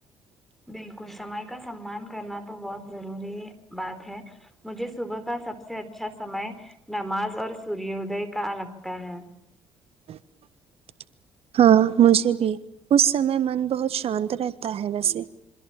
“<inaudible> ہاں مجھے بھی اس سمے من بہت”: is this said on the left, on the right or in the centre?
Right